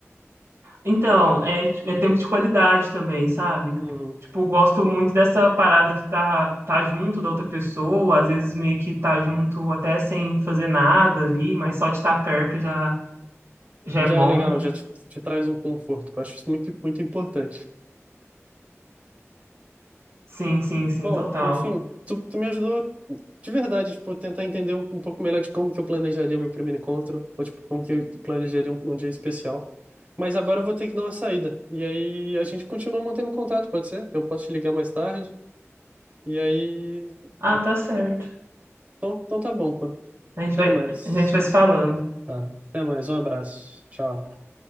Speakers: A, on the right; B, on the right.
A: Então, é, é tempo de qualidade também, sabe?
B: Uhum.
A: Tipo, gosto muito dessa parada que tá, tá junto da outra pessoa, às vezes meio que tá junto até sem fazer nada ali, mas só de estar perto já, já
B: Já
A: é bom.
B: é legal, já te, te traz um conforto. Eu acho isso muito, muito importante.
A: Sim, sim, sim,
B: Bom,
A: total.
B: enfim, tu, tu me ajudou de verdade, tipo, a tentar entender um, um pouco melhor de como que eu planejaria meu primeiro encontro, ou tipo, como que eu planejaria um, um dia especial. Mas agora eu vou ter que dar uma saída. E aí a gente continua mantendo contato, pode ser? Eu posso te ligar mais tarde. E aí.
A: Ah, tá certo.
B: Então, então tá bom, pô.
A: A gente
B: Até
A: vai,
B: mais.
A: a gente vai se falando.
B: Tá. Até mais. Um abraço. Tchau.